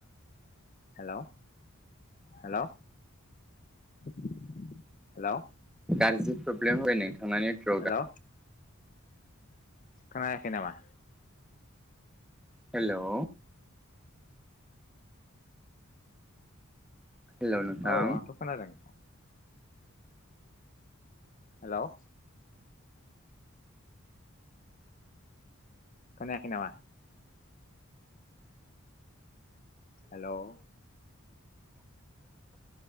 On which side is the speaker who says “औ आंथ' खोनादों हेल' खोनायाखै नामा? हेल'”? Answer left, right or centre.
Left